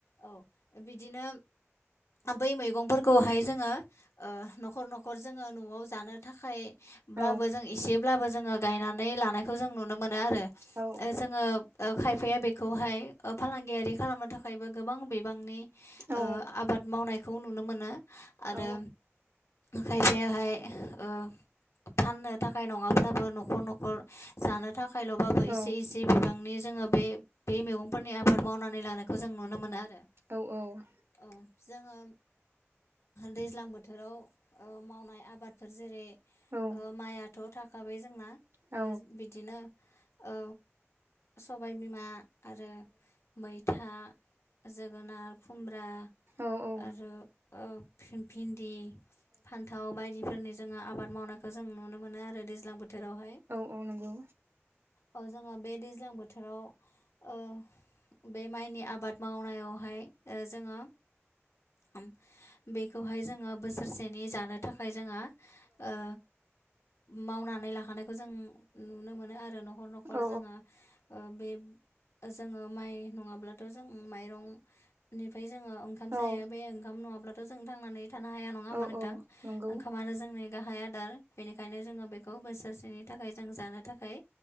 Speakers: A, on the left; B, on the right.
A: औ बिदिनो बै मैगंफोरखौहाय जोङो ओ न'खर न'खर जोङो न'आव जानो थाखाय
B: औ
A: ब्लाबो जों एसेब्लाबो जोङो गायनानै लानायखौ जों नुनो मोनो आरो
B: औ
A: ओ जोङो ओ खायफाया बेखौहाय ओ फालांगियारि खालामनो थाखायबो गोबां बिबांनि
B: औ
A: ओ आबाद मावनायखौ नुनो मोनो आरो
B: औ
A: खायफायाहाय ओ फाननो थाखाय नङाब्लाबो न'खर न'खर जानो थाखायल'बाबो
B: औ
A: एसे एसे जे बिबांनि जोङो बे बे मैगंफोरनि आबाद मावनानै लानायखौ जों नुनो मोनो। आरो
B: औ औ।
A: ओ जोङो दैज्लां बोथोराव ओ मावनाय आबादफोर जेरै
B: औ
A: ओ माइआथ' थाखाबाय जोंना
B: औ
A: ओ बि दिनो औ सबायबिमा आरो मैथा, जोगोनार, खुमब्रा
B: औ औ।
A: आरो ओ फि भिन्दि, फान्थाव बायदिफोरनि जोङो आबाद मावनायखौ जों नु नो मोनो आरो दैज्लां बोथोरावहाय।
B: औ औ नंगौ।
A: ओ जोङो बे दैज्लां बोथोराव ओ बे माइनि आबाद मावनायावहाय ओ जोङो अम बेखौहाय जोङो बोसोरसेनि जानो थाखाय जोङो ओ मावनानै लाखानायखौ जों नुनो मोनो आरो न'खर न'खर
B: औ
A: जोङो। ओ बे जोङो माइ नङाब्ला थ' जों माइरंनिफ्राय जोङो ओंखाम
B: औ
A: जायो बे ओंखाम नङाब्लाथ' जों थांनानै थानो हाया नङा होमबा
B: औ
A: नोंथां।
B: नंगौ
A: ओंखामानो जोंनि गाहाय आदार बेनिखायनो जोङो बेखौ बोसोरसेनि थाखाय जों जानो थाखाय